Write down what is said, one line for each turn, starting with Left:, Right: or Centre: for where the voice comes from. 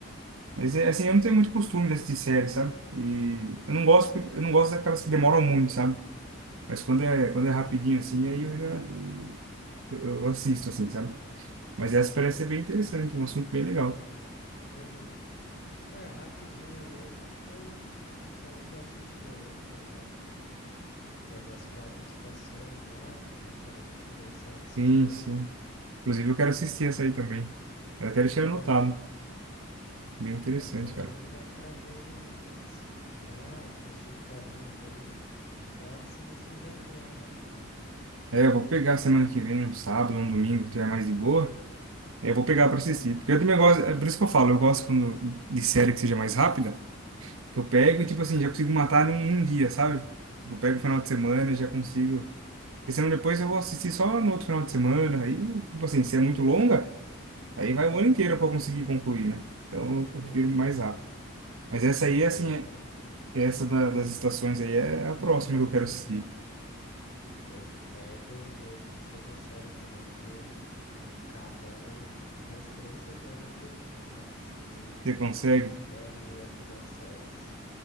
Right: Mas é, assim,
Left: Meu
Right: eu
Left: Deus.
Right: não tenho muito costume de assistir série, sabe? E eu não gosto,
Left: Sei.
Right: eu não gosto daquelas que demoram muito, sabe? Mas quando é,
Left: Uhum.
Right: quando é rapidinho assim, aí eu já eu, eu assisto assim, sabe? Mas essa parece ser bem interessante, um assunto bem legal.
Left: Uhum. É, rapidinha mesmo foi a, aquela que eu assisti ontem lá, de, que é das quatro estações lá, que a gente já deu uma conversada sobre
Right: Sim,
Left: ela.
Right: sim. Inclusive eu quero assistir essa aí também. Eu até deixei anotado.
Left: É.
Right: Bem interessante,
Left: Essa aí
Right: cara.
Left: dá pra ver em umas quatro, cinco horinhas aí. No máximo você já vê ela rapidinho.
Right: É, eu vou pegar semana que vem, um sábado, um domingo, que tiver mais de boa. É, eu vou pegar pra assistir. Porque eu também gosto, é por isso que eu falo, eu gosto quando, de série que seja mais rápida. que eu pego e, tipo assim, já consigo matar num, num dia, sabe? Tipo, Eu pego o final
Left: Sei.
Right: de semana e já consigo. Porque senão depois eu vou assistir só no outro final de semana. Aí, tipo assim, se é muito longa, aí vai o ano inteiro para conseguir concluir, né? Então eu
Left: Hum,
Right: prefiro mais rápido. Mas essa aí,
Left: Eu,
Right: assim, é- essa da- das estações aí é a próxima que eu quero assistir.
Left: eu pego, mesmo que seja série grande, eu acabo ela em duas, três semanas assim, sabe? Sou meio
Right: Você consegue?
Left: maníaco das séries.